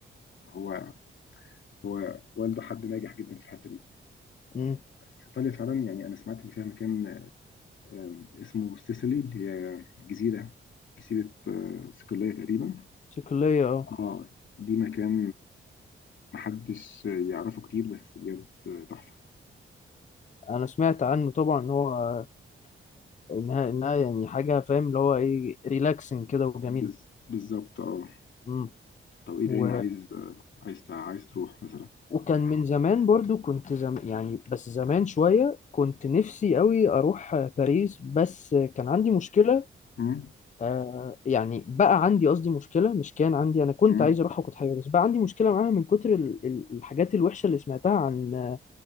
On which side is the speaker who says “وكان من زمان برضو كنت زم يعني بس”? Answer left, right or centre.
Left